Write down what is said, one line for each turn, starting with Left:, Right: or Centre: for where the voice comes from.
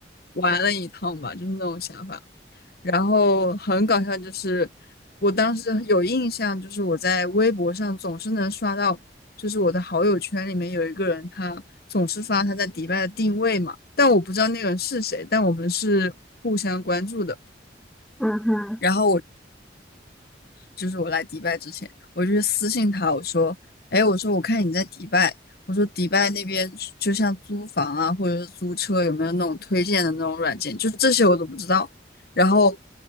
Left: 玩了一趟吧，
Centre: 嗯
Left: 就是那种想法。然后很搞笑，就是我当时有印象，就是我在微博上总是能刷到，就是我的好友圈里面有一个人，他总是发他在迪拜的定位嘛，但我不知道那个人是谁，但我们是互相关注的。
Centre: 嗯哼，
Left: 然后我就是我来迪拜之前，我就去私信他，我说，哎，我说我看你在迪拜，我说迪拜那边就像租房啊，或者是租车，有没有那种推荐的那种软件？就是这些我都不知道。然后